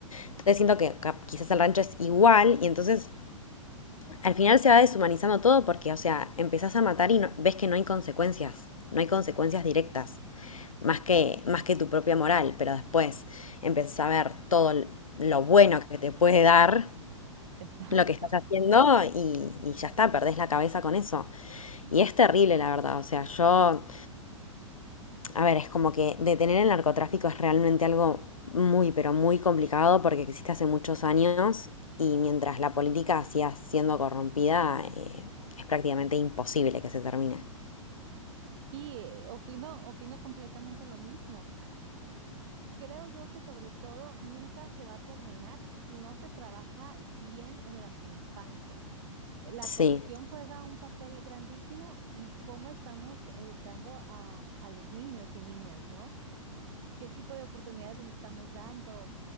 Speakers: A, on the left (about 80°); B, on the right (about 55°).
A: Entonces siento que cap- quizás el rancho es igual y entonces Al final se va deshumanizando todo porque, o sea, empezás a matar y no- ves que no hay consecuencias, no hay consecuencias directas, más que, más que tu propia moral, pero después empezás a ver todo lo bueno que te puede dar
B: <laughs> Exacto.
A: lo que estás haciendo y, y ya está, perdés la cabeza con eso. Y es terrible, la verdad, o sea, yo a ver, es como que detener el narcotráfico es realmente algo muy, pero muy complicado porque existe hace muchos años y mientras la política siga siendo corrompida, eh, es prácticamente imposible que se termine.
B: Sí, eh, opino, opino completamente lo mismo. Creo yo que sobre todo nunca se va a terminar si no se trabaja bien en las infancias. La
A: Sí,
B: corrupción juega un papel grandísimo y cómo estamos educando a, a los niños y niñas, ¿no? ¿Qué tipo de oportunidades les estamos dando?